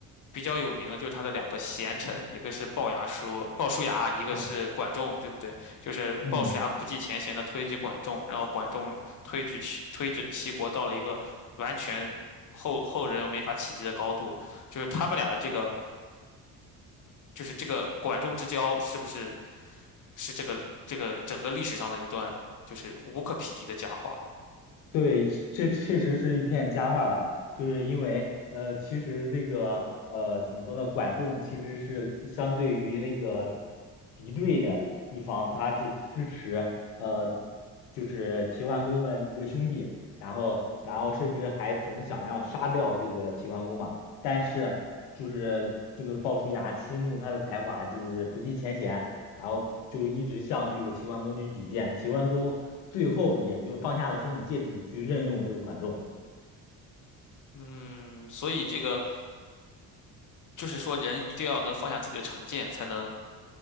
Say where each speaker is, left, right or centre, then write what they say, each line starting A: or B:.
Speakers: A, on the left; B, on the left.
A: 比较有名的就是他的两个贤臣，一个是鲍牙叔鲍叔牙，一个是管仲，
B: 哦，
A: 对不对？就是鲍叔牙不计前嫌的推举管仲，
B: 嗯。
A: 然后管仲推举齐推着齐国到了一个完全后后人又没法企及的高度，就是他们俩的这个就是这个管仲之交，是不是是这个这个整个历史上的一段就是无可匹敌的佳话？
B: 对，这确实是一片佳话吧，就是因为呃，其实这个呃，怎么说呢，管仲其实是相对于那个敌对的一方，他是支持呃，就是齐桓公的一个兄弟，然后然后甚至还曾想要杀掉这个齐桓公嘛，但是就是这个鲍叔牙倾慕他的才华，就是不计前嫌，然后就是一直向这个齐桓公去举荐，齐桓公。最后也就放下了心理芥蒂去任用这个管仲。
A: 嗯，所以这个。就是说人一定要能放下自己的成见，才能